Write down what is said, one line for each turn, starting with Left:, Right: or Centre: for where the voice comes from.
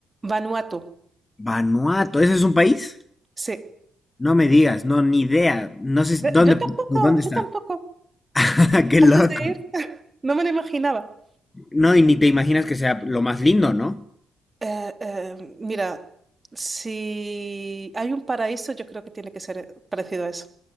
Right: Vanuatu,
Left: Vanuatu, ¿ese es un país?
Right: sí.
Left: No me digas, no, ni idea. No sé si- dónde,
Right: Yo tampoco,
Left: de dónde
Right: yo
Left: está.
Right: tampoco,
Left: <laughs> Qué
Right: antes
Left: loco.
Right: de ir, <laughs> no me lo imaginaba.
Left: No, y ni te imaginas que sea lo más lindo, ¿no?
Right: Eh, eh, mira, si hay un paraíso, yo creo que tiene que ser parecido a eso.